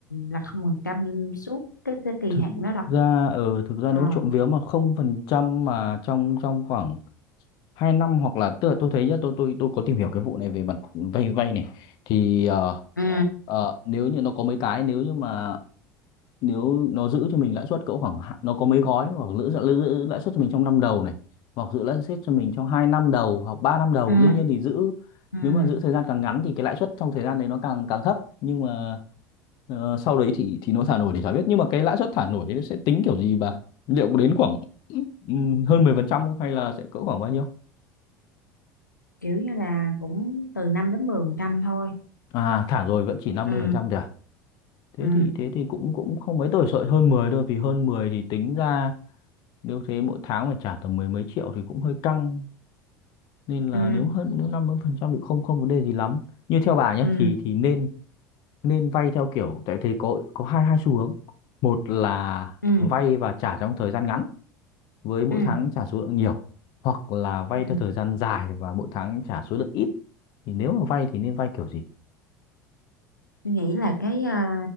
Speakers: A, on the left; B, on the left.
A: là không phần trăm suốt cái, cái kỳ
B: thực
A: hạn đó đâu
B: ra ờ thực ra
A: Ờ.
B: nếu trộm vía mà không phần trăm mà trong trong khoảng 2 năm hoặc là tức là tôi thấy nhá tôi tôi tôi có tìm hiểu cái vụ này về mặt vay vay này thì
A: ừ.
B: Ờ, nếu như nó có mấy cái nếu như mà nếu nó giữ cho mình lãi suất cỡ khoảng hạ- nó có mấy gói hoặc giữ, giữ, giữ lãi suất cho mình trong năm đầu này hoặc giữ lãi suất cho mình trong 2 năm đầu hoặc ba năm đầu
A: Ừ.
B: đương nhiên thì giữ
A: Ừ.
B: nếu mà giữ thời gian càng ngắn thì cái lãi suất trong thời gian đấy nó càng càng thấp nhưng mà ờ, sau đấy thì thì nó thả nổi thì chả biết nhưng mà cái lãi suất thả nổi đấy nó sẽ tính kiểu gì bà liệu có đến khoảng ừm, hơn 10% không hay là sẽ cỡ khoảng bao nhiêu
A: Kiểu như là cũng từ 5 đến 10 phần trăm thôi
B: à thả rồi vẫn chỉ 50%
A: ừ
B: thôi à thế
A: ừ
B: thì thế thì cũng cũng không mấy tôi sợ hơn 10 thôi vì hơn 10 thì tính ra nếu thế mỗi tháng phải trả tầm mười mấy triệu thì cũng hơi căng nên là
A: ừ
B: nếu hơn nếu năm mươi phần trăm thì không không vấn đề gì lắm như theo bà nhé
A: ừ
B: thì thì nên nên vay theo kiểu tại thế có có hai hai xu hướng một là
A: ừ
B: vay và trả trong thời gian ngắn với mỗi
A: ừ
B: tháng trả số lượng nhiều hoặc là vay
A: ừ
B: theo thời gian dài và mỗi tháng trả số lượng ít thì nếu mà vay thì nên vay kiểu gì
A: tôi nghĩ là cái ờ,